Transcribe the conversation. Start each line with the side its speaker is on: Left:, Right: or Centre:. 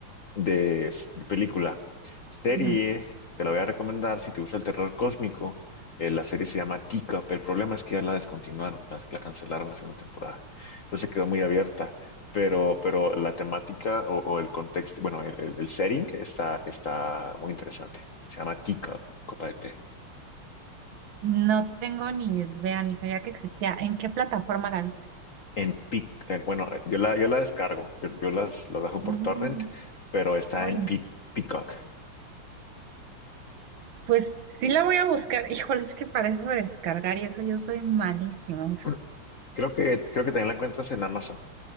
Left: de, de película. Serie,
Right: ujú.
Left: te la voy a recomendar si te gusta el terror cósmico. eh, la serie se llama Teacup. El problema es que ya la descontinuaron, las- la, cancelaron la segunda temporada. Entonces quedó muy abierta. Pero, pero la temática o, o el contexto, bueno, el, el- el setting está, está muy interesante. Se llama Teacup, copa de té.
Right: No tengo ni idea, ni sabía que existía. ¿En qué plataforma la viste?
Left: En Pic, en- bueno, yo la, yo la descargo, yo, yo las, las bajo
Right: Mm,
Left: por torrent, pero está
Right: Ay,
Left: en
Right: no.
Left: Pic- Peacock.
Right: Pues sí la voy a buscar. Híjole, es que para eso de descargar y eso yo soy malísimo.
Left: <clears throat> Creo que, creo que también la encuentras en Amazon.